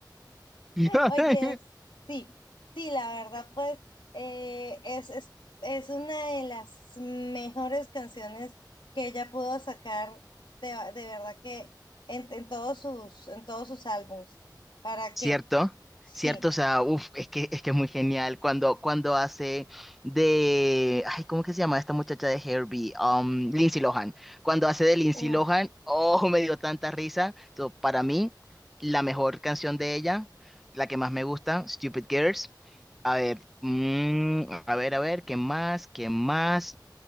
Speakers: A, in the centre; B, on the left (about 85°).
A: <laughs>
B: Oye, sí, sí, la verdad, pues eh, es, es, es una de las mejores canciones que ella pudo sacar de, de verdad que en, en todos sus, en todos sus álbums. ¿Para
A: ¿Cierto?
B: qué? Sí.
A: ¿Cierto? O sea, uff, es que, es que es muy genial cuando, cuando hace de... Ay, ¿cómo que se llama esta muchacha de Herbie? Um, Lindsay Lohan. Cuando hace de Lindsay
B: uf.
A: Lohan, oh, <laughs> me dio tanta risa. So, para mí, la mejor canción de ella, la que más me gusta, Stupid Girls. A ver, mm, a ver, a ver, ¿qué más? ¿Qué más?